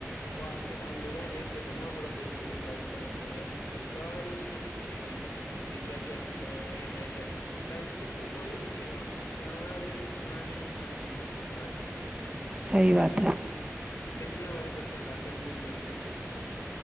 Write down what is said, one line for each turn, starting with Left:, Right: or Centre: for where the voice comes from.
Left: وہ آپ کے سامنے نا ایک اتنا بڑا پیپر نکال کے رکھ دے گا جس میں ساری چیزیں لھی ہویں گی کہ کیا کیا نقصان ہے کیا کیا ہے بینیفٹ تو کوئی دیککھے گا آپ کو سارے نقصان ہی نقصان دکھھیں گے سارے نقصان نقصان
Right: صحی بات ہے
Left: پھر بھی ہمارے بچے کھاتے نہیں سمجھتے اس چیز کو